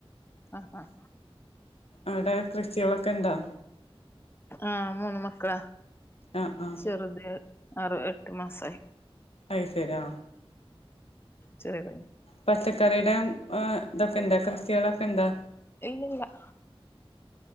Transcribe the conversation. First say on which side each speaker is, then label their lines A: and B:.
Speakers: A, on the left; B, on the left.
A: ആഹ് ആഹ്
B: അവിടെ കൃഷികളൊക്കെ ഇണ്ടോ?
A: ആഹ് മൂന്ന് മക്കളാ
B: ആഹ് ആഹ്
A: ചെറുത് ആറു എട്ട് മാസമായി
B: അയി ശരിയാ
A: ചെറിയ കുഞ്ഞ്
B: പച്ചക്കറിയുടെ- ആഹ് ഇതൊക്കെ ഇണ്ട് ക്രിസ്ത്യള ഒക്കെ ഇണ്ട്?
A: ഇല്ല ഇല്ല-